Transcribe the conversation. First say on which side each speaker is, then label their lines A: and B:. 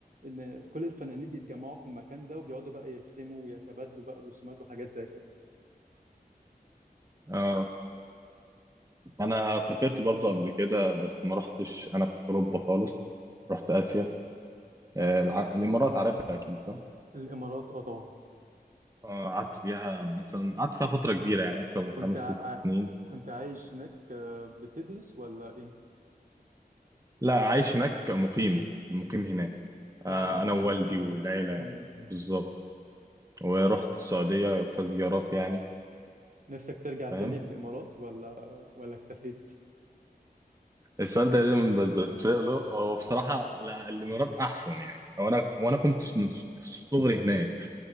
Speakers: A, on the right (about 55°); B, on the right (about 20°).
A: ان كل الفنانين بيتجمعوا في المكان ده وبيقعدوا بقى يرسموا ويتبادلوا بقى رسومات وحاجات زي كده
B: آه. انا سافرت برضو قبل كده بس ما رحتش انا في اوروبا خالص رحت اسيا آه، الع- الامارات عارفها اكيد صح
A: الامارات اه طبعا
B: آه، قعدت فيها مثلا قعدت فيها فترة كبيرة يعني أكتر من
A: كنت
B: خمس
A: ع...
B: ست
A: ع-
B: سنين
A: كنت عايش هناك آه، بتدرس ولا ايه
B: لا عايش هناك مقيم مقيم هناك
A: اه
B: آه،
A: مع
B: أنا
A: اسرتك
B: ووالدي
A: يعني
B: والعيلة
A: م- م.
B: بالظبط ورحت السعودية كزيارات يعني
A: نفسك ترجع تاني
B: فاهم
A: للامارات ولا ولا اكتفيت
B: السؤال ده دايما بت- بتسأله هو بصراحة لا الإمارات أحسن يعني وأنا وأنا كنت من ص- في صغري هناك